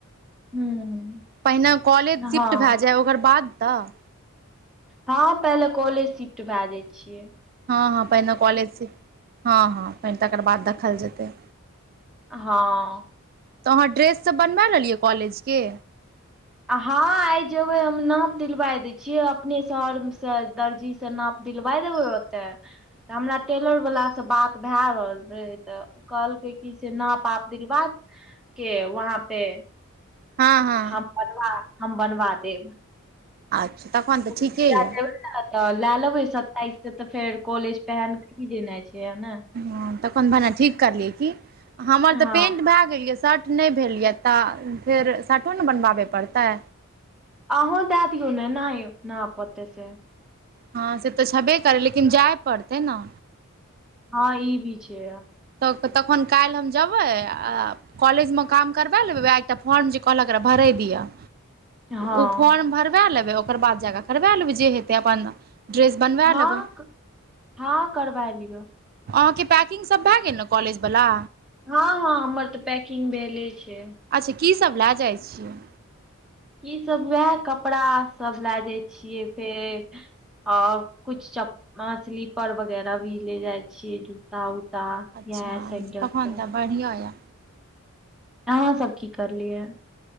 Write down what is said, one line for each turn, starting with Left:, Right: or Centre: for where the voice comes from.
Centre: हूँ
Right: पहिने कॉलेज
Centre: हँ
Right: शिफ्ट भे जाय, ओकर बाद तऽ
Centre: हँ पहिले कॉलेज शिफ्ट भै जाइ छिय।
Right: हँ- हँ पहिने कॉलेजसँ हँ- हँ पहि तकर बाद देखल जेतै।
Centre: हँऽ
Right: तऽ अहाँ ड्रेससभ बनबा लेलियै कॉलेजके
Centre: हऽ आइ जेबे हम नाप दिलबाय देय छिय, अपने शहर स दर्जी स नाप दिलबाय देबे ओत हमरा टेलर बाला से बात भए रहल रहे तऽ। कहलकै की से नाप आप दिलबा के वहाँ पे
Right: हँ हँ
Centre: हम बनबा, हम बनबा देब
Right: अच्छा तखन तऽ
Centre: जहिया
Right: ठीके ये
Centre: जेबै ने तऽ ले लेबै सताइस से तऽ फेर कॉलेज पहिन के भी जेनाइ छै न।
Right: ह तखन भने ठीक करलियै की, हमर
Centre: हँ
Right: तऽ पेंट भए गेल ये शर्ट नहि भेल ये, तऽ फेर शर्टो ने बनबाबै पड़तै।
Centre: अहूँ दे दियौ ने नय नाप ओतय स।
Right: हँ से तऽ छबे करै, लेकिन जाय पड़तै न।
Centre: हँ ई भी छै।
Right: तऽ तखन काल्हि हम जेबै आ कॉलेजमे काम करबा लेबै, वैह एकटा फॉर्म जे कहलक रहे भरय दिये।
Centre: हँ
Right: उ फॉर्म भरबा लेबै, ओकर बाद जा कऽ करबा लेबै, जे हेतै अपन ड्रेस बनबा
Centre: हँ
Right: लेबै
Centre: - हँ करबा लिय।
Right: अहाँके पैकिंग सभ भए गेल ने कॉलेजवला।
Centre: हँ हँ हमर तऽ पैकिंग भेले छै।
Right: अच्छा की सब लए जाइ छियै।
Centre: ई सब वैह कपड़ा सब लए जाय छियै फेर आ कुछ च स्लीपर वगैरह भी ले जाय छियै ज जुता उता
Right: अच्छा
Centre: यैह सैंडल
Right: तखन
Centre: सब
Right: तऽ बढ़िआँ यए
Centre: अहां सब की करलियै ये।